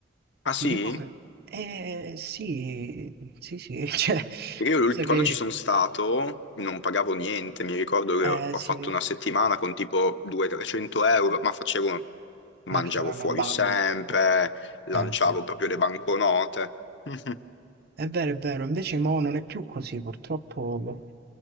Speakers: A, on the left; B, on the right.
A: Ah sì?
B: Ti dico che... Eh sì, sì, sì, <laughs> cioè,
A: Perché Io l'ult-
B: penso che...
A: quando ci sono stato non pagavo niente, mi ricordo che
B: Eh
A: ho
B: sì,
A: fatto una settimana con tipo 200-300 euro, ma facevo, mangiavo
B: una vita alla
A: fuori
B: babbo.
A: sempre, lanciavo
B: Eh sì.
A: proprio le banconote. <laughs> Mhm.
B: È vero, è vero, invece mo non è più così, purtroppo.